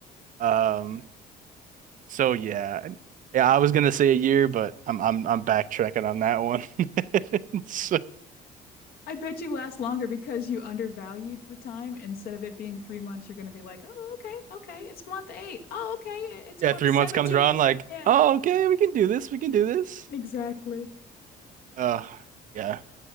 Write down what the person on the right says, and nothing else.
Um, so yeah, And- yeah. I was gonna say a year, but I'm I'm I'm backtracking on that one. <laughs> So,
yeah,
three
months comes around, like,
oh, okay, we can do this. We can do this.
Uh, yeah.